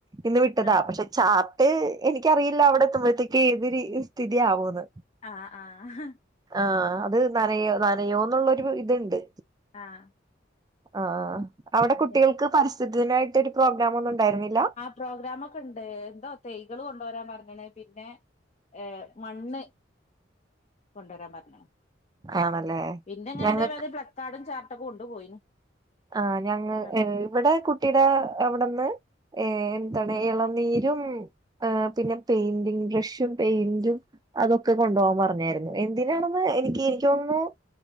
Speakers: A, on the right; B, on the left.
A: ഇന്ന് വിട്ടതാ
B: ആഹ്
A: പക്ഷെ ചാർട്ട് എനിക്കറിയില്ല അവിടെത്തുമ്പഴത്തേക്ക് ഏത് രീതി സ്ഥിതിയാവൂന്ന്
B: ആഹ് ആഹ്.
A: ആഹ് അത് നനയോ നനയോന്നുള്ളൊരു ഇത്ണ്ട്.
B: ആഹ്.
A: ആഹ് അവ്ടെ
B: അങ്ങനെയാണ്
A: കുട്ടികൾക്ക് പരിസ്ഥിതി ദിനായിട്ടൊര് പ്രോഗ്രാമൊന്നും ഉണ്ടായിര്ന്നില്ലാ?
B: പ്രോഗ്രാമൊക്കെണ്ട് എന്തോ തെയ്കള് കൊണ്ടോരാൻ പറഞ്ഞ്ണ് പിന്നെ ഏഹ് മണ്ണ് കൊണ്ടോരാൻ പറ്ഞ്ഞ്ണ്
A: ആണല്ലേ
B: പിന്നെങ്ങനെ
A: ഞങ്ങ
B: ഇതേമാരി പ്ലക്കാടും ചാർട്ടൊക്കെ കൊണ്ട് പോയിന്
A: ആഹ് ഞങ്ങ
B: ഇങ്ങള്
A: ഇവിടെ കുട്ടീടെ അവ്ടന്ന് ഏഹ് എന്താണ് ഇളനീരും ഏഹ് പിന്നെ പെയിന്റിംഗ് ബ്രഷും പെയിന്റും അതൊക്കെ കൊണ്ടോവാൻ പറഞ്ഞായിരുന്നു എന്തിനാണെന്ന്
B: ഓ
A: എനിക്ക് എനിക്ക് തോന്നുന്നു